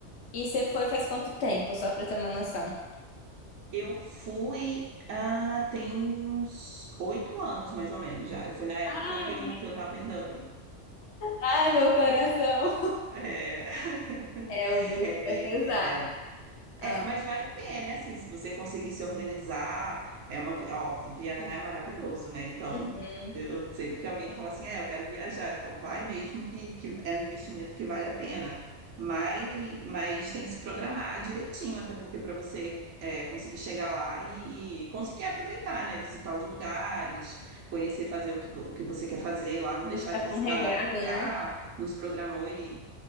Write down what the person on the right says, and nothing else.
Eu fui. ah, tem uns oito anos, mais ou menos, já. Eu fui na época
que eu, que eu estava em Dublin.
É, <laughs>
é bem.
É,
é, mas vale a pena, é assim, se você conseguir se organizar, é uma, vi- óbvio, viajar é maravilhoso, né? Então,
eu sempre que alguém fala assim, é, eu quero viajar, eu falo, vai mesmo que, que é um investimento que vale a pena. Mas, mas tem que se programar direitinho, até porque para você é, conseguir chegar lá e, e conseguir aproveitar, né? Visitar os lugares, conhecer, fazer o que, vo- o que você quer fazer lá, não
deixar
de
visitar
nada, porque,
ah, nos programou e.